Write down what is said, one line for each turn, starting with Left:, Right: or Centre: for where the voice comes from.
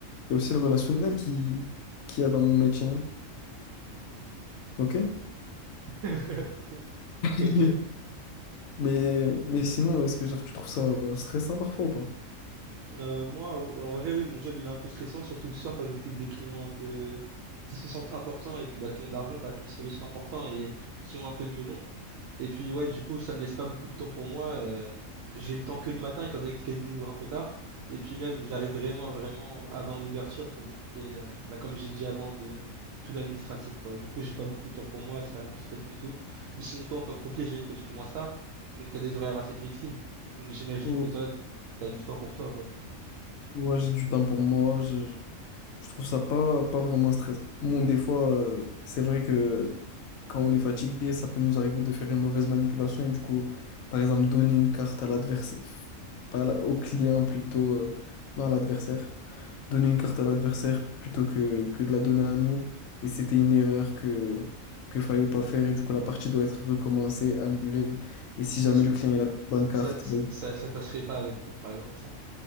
Left: Il y a aussi le relationnel qui, qui y a dans mon métier, hein. Ok?
Right: <laughs>
Left: <laughs>
Right: Ok.
Left: Mais, mais sinon, est-ce que genre, tu trouves ça euh, stressant parfois ou pas?
Right: Hum, Euh, moi, au- en vrai, oui, mon job, il est un peu stressant, surtout le soir quand je m'occupe des clients un peu qui se sentent importants et puis bah, qui ont de l'argent, quoi. Donc, ils sont, ils sont importants et qui ont un peu de melon. Et puis, ouais, du coup, ça me laisse pas beaucoup de temps pour moi. euh, j'ai le temps que le matin, étant donné que le casino ouvre un peu tard. Et puis, même, j'arrive vraiment, vraiment avant l'ouverture pour m'occuper, euh, bah, comme j'ai dit avant, de tout l'administratif, quoi. Du coup, j'ai pas beaucoup de temps pour moi, c'est vraiment stressant et tout. Mais sinon, toi, en tant que croupier, j'imagine que tu commences tard. Donc, t'as des horaires assez flexibles. Donc, j'imagine
Left: Ou-
Right: que toi, t'as du temps pour toi, quoi.
Left: Ouais, j'ai du temps pour moi, je, je trouve ça pas, pas vraiment stressant. Bon, des fois, euh, c'est vrai que quand on est fatigué, ça peut nous arriver de faire une mauvaise manipulation et du coup, par exemple, donner une carte à l'adversaire, pas à la- au client plutôt, euh, non à l'adversaire. donner une carte à l'adversaire plutôt que, que de la donner à nous. Et c'était une erreur que que fallait pas faire. Et du coup, la partie doit être recommencée, annulée. Et si jamais
Right: Ouais, c-
Left: le client il a une
Right: c-
Left: bonne carte,
Right: Ça, c-
Left: bon,
Right: ça, ça passerait pas avec moi, par exemple, ça.